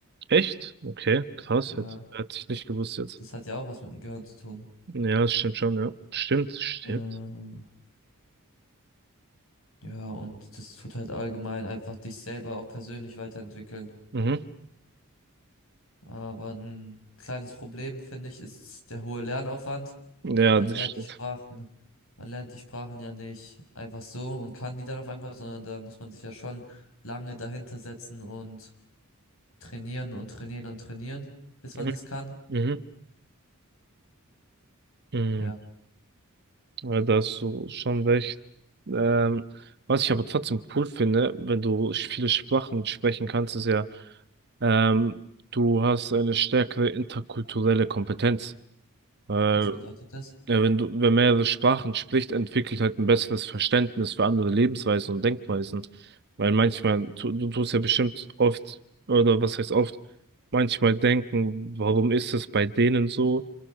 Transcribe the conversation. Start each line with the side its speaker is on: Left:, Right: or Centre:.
Right: Echt? Okay, krass,
Left: Ja,
Right: hätte, hätte ich nicht gewusst jetzt.
Left: das hat ja auch was mit dem Gehirn zu tun.
Right: Ja, das stimmt schon, ja. Stimmt, stimmt.
Left: Ähm, Ja, und das tut halt allgemein einfach dich selber auch persönlich weiterentwickeln.
Right: Mhm.
Left: Aber ein kleines Problem, finde ich, ist der hohe Lernaufwand.
Right: Ja,
Left: Man
Right: das
Left: lernt
Right: stimmt.
Left: die Sprachen, man lernt die Sprachen ja nicht einfach so und kann die dann auf einmal, sondern da muss man sich ja schon lange dahinter setzen und trainieren und trainieren und trainieren, bis man
Right: Mhm.
Left: das kann.
Right: Mhm. Mhm.
Left: Ja,
Right: Ja, da hast du schon recht. Ähm, was ich aber trotzdem cool finde, wenn du sch- viele Sprachen sprechen kannst, ist ja, ähm, du hast eine stärkere interkulturelle Kompetenz. Weil,
Left: was bedeutet das?
Right: ja, wenn du, wer mehrere Sprachen spricht, entwickelt halt ein besseres Verständnis für andere Lebensweisen und Denkweisen. Weil manchmal, tu, du tust ja bestimmt oft, oder was heißt oft, manchmal denken, warum ist es bei denen so?